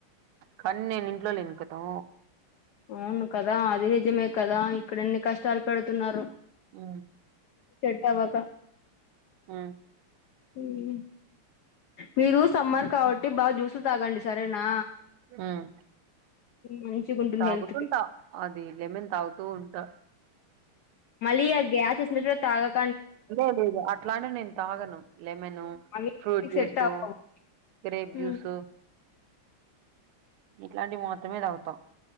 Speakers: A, on the right (about 80°); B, on the left (about 80°).
A: కానీ నేను ఇంట్లో లేను కదా
B: అవును కదా అది నిజమే కదా ఇక్కడ ఇన్ని కష్టాలు పెడుతున్నారు
A: ఆ
B: తవ కా
A: ఆ
B: ఉమ్ మీరు సమ్మర్ కాబట్టి బాగా జ్యూస్లు తాగండి సరేనా
A: హుమ్
B: మంచిగా ఉంటుంది
A: తాగుతుంటా
B: హెల్త్ కి
A: అది లెమెన్ తాగుతూ ఉంటా
B: మలియా గా ఆ గ్యాసెస్ వి కూడా తాగాక్
A: లే లేదు అట్లానే నేను తాగను లెమను
B: అవి
A: ఫ్రూట్
B: మీకు
A: జ్యూసు
B: సెట్ అవ్వవు
A: గ్రేప్
B: ఉమ్
A: జ్యూసు ఇట్లాంటివి మాత్రమే తాగుతాం